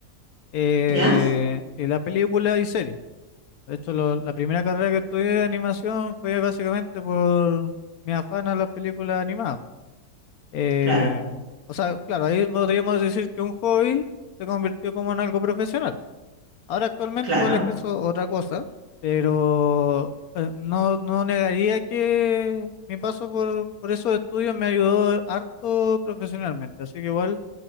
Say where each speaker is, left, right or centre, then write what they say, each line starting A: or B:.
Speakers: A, on the left; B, on the right.
A: eh,
B: ¿ya?
A: y la película y series. De hecho, lo- la primera carrera que estudié de animación fue básicamente por mi afán a las películas animadas. Eh,
B: Claro,
A: o sea, claro, ahí podríamos decir que un hobby se convirtió como en algo profesional. Ahora actualmente
B: claro,
A: igual es eso otra cosa, pero eh, no, no negaría que mi paso por, por esos estudios me ayudó harto profesionalmente. Así que igual